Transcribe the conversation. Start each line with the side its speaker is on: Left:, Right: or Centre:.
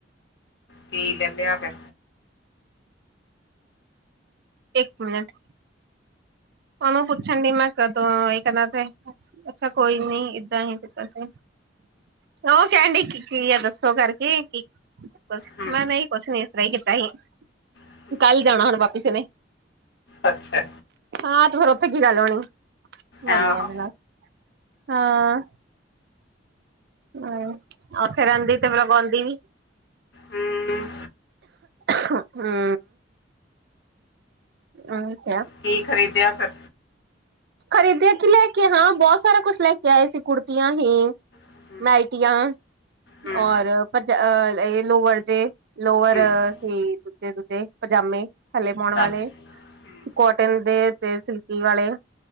Left: ਪੀ ਲੈਂਦੇ ਆ ਫੇਰ
Right: ਇੱਕ ਮਿੰਟ ਉਹਨੂੰ ਪੁੱਛ ਮੈਂ ਅੱਛਾ ਕੋਈ ਨੀ ਏਦਾਂ ਹੀ ਕੀਤਾ ਸੀ। ਉਹ ਕਹਿਣ ਦੀ ਕੀ ਆ ਦੱਸੋ ਕਰਕੇ ਕੀ। ਬਸ
Left: ਹਮ
Right: ਮੈਂ ਨਹੀਂ ਕੁਛ ਨੀ ਇਸ ਤਰ੍ਹਾਂ ਹੀ ਕੀਤਾ ਸੀ
Left: ਹਮ
Right: ਕੱਲ ਜਾਣਾ ਹੁਣ ਵਾਪਸੀ ਨੇੇ
Left: ਅੱਛਾ।
Right: ਹਾਂ। ਤੇ ਫਿਰ ਉਥੇ ਕੀ ਗੱਲ ਹੋਣੀ ਮਾਮੀਆਂ
Left: ਆਹੋ
Right: ਦੇ ਨਾਲ ਹਾਂ। ਹੂੰ ਉਥੇ ਰਹਿੰਦੀ ਤੇ ਫੇਰ ਉਗਾਉਂਦੀ ਵੀ।
Left: ਹੂੰ
Right: ਹਾਂ - ਹੂੰ <inaudible>
Left: ਕੀ ਖਰੀਦਿਆ ਫਿਰ
Right: ਖਰੀਦਿਆ, ਕਿ ਲੈ ਕੇ ਹਾਂ ਬਹੁਤ ਸਾਰਾ ਕੁਛ ਲੈ ਕੇ ਆਏ ਸੀ, ਕੁੜਤੀਆਂ ਹੀ।
Left: ਹੂੰ
Right: ਨਾਇਟੀਆਂ
Left: ਹੂੰ
Right: ਔਰ ਪ ਏ ਲੋਵਰ ਜੇ ਲੋਵਰ
Left: ਹੂੰ
Right: ਸੀ, ਦੂਜੇ ਦੂਜੇ ਪਜਾਮੇ ਥੱਲੇ ਪਾਉਣ ਵਾਲੇ,
Left: ਅੱਛਾ ਹੂੰ,
Right: ਕੋਟਨ ਦੇ ਤੇ ਸਿਲਕੀ ਵਾਲੇ।